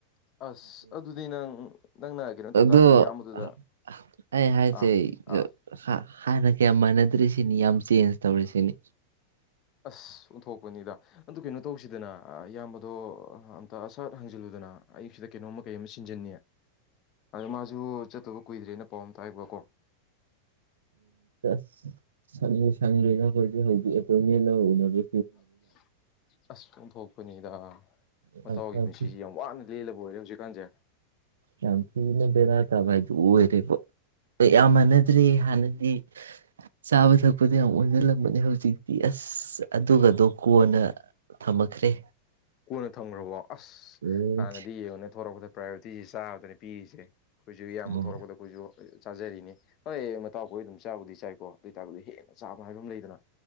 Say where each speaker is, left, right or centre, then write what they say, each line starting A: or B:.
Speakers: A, on the left; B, on the right.
A: ꯑꯁ ꯑꯗꯨꯗꯤ ꯅꯪ ꯅꯪꯅ ꯀꯩꯅꯣ ꯇꯧ
B: ꯑꯗꯣ
A: ꯇꯥꯔꯒꯗꯤ ꯏꯌꯥꯝꯕꯗꯨꯗ
B: ꯑ ꯑ ꯑꯩ ꯍꯥꯏꯁꯦ
A: ꯑꯥ
B: ꯒ
A: ꯑꯥ
B: ꯍꯍ ꯍꯥꯟꯅ ꯀꯌꯥ ꯃꯥꯟꯅꯗ꯭ꯔꯦꯁꯤ ꯁꯤꯅꯤ ꯌꯥꯝ ꯆꯦꯟꯖ ꯇꯧꯔꯦ ꯁꯤꯅꯤ꯫
A: ꯑꯁ ꯎꯟꯊꯣꯛꯄꯅꯤꯗ! ꯑꯗꯨ ꯀꯩꯅꯣ ꯇꯧꯁꯤꯗꯅ ꯑ ꯏꯌꯥꯝꯕ ꯑꯗꯣ ꯑ ꯑꯝꯇ ꯑ ꯁꯠ ꯍꯪꯖꯜꯂꯨꯗꯅ ꯑꯌꯨꯛ ꯁꯤꯗ ꯀꯩꯅꯣꯝꯃ ꯀꯩ ꯑꯃ ꯁꯤꯟꯖꯟꯅꯤ꯫ ꯑꯗ ꯃꯥꯁꯨ ꯆꯠꯇꯧꯕ ꯀꯨꯏꯗ꯭ꯔꯦꯅ ꯄꯥꯎ ꯑꯝ ꯇꯥꯏꯕꯀꯣ
B: <unintelligible> ꯁꯪ ꯁꯪꯕꯨ ꯁꯪꯗ꯭ꯔꯦꯗ ꯍꯧꯖꯤꯛ ꯑꯦꯄꯣꯏꯟꯃꯦꯟ ꯂꯧꯔꯨꯅꯕ
A: <unintelligible> ꯑꯁ ꯑꯣꯟꯊꯣꯛꯄꯅꯤꯗ
B: ꯂꯥꯛꯏꯁꯦ
A: ꯃꯇꯥꯎꯒꯤ ꯄꯨꯟꯁꯤꯁꯤ ꯌꯥꯝ ꯋꯥꯅ ꯂꯦꯜꯂꯕ ꯑꯣꯏꯔꯦ ꯍꯧꯖꯤꯛꯀꯥꯟꯁꯦ
B: ꯌꯥꯝ ꯊꯤꯅ ꯕꯦꯔꯥ ꯀꯥꯕ ꯍꯥꯏꯗꯨ ꯑꯣꯏꯔꯦꯕꫭ ꯑ ꯌꯥꯝ ꯃꯥꯟꯅꯗ꯭ꯔꯦ ꯍꯥꯟꯅꯗꯤ ꯆꯥꯕ ꯊꯛꯄꯗ ꯌꯥꯝ ꯑꯣꯟꯖꯜꯂꯝꯕꯅꯦ ꯍꯧꯖꯤꯛꯇꯤ ꯑꯁ ꯑꯗꯨꯒꯗꯣ ꯀꯣꯟꯅ ꯊꯝꯃꯛꯈ꯭ꯔꯦ
A: ꯀꯣꯟꯅ ꯊꯝꯒ꯭ꯔꯕꯣ ꯑꯁ
B: ꯑꯣ
A: ꯍꯥꯟꯅꯗꯤ ꯌꯦꯡꯉꯣꯅꯦ ꯊꯣꯔꯛꯄꯗ ꯄ꯭ꯔꯥꯏꯌꯣꯔꯤꯇꯤꯖꯦ ꯆꯥꯕꯗꯅꯤ ꯄꯤꯔꯤꯖꯦ ꯈꯣꯏꯁꯨ ꯌꯥꯝꯕ
B: ꯎꯝ
A: ꯊꯣꯛꯣꯔꯛꯄꯗ ꯈꯣꯏꯁꯨ ꯆꯥꯖꯔꯤꯅꯦ ꯍꯣꯏ ꯃꯇꯥꯎ ꯀꯣꯏ ꯗꯨꯝ ꯆꯥꯕꯨꯗꯤ ꯆꯥꯏꯀꯣ ꯑꯗꯨꯏꯇꯥꯔꯒꯨ ꯍꯦꯟꯅ ꯆꯥꯕ ꯍꯥꯏꯕ ꯑꯃ ꯂꯩꯗꯅ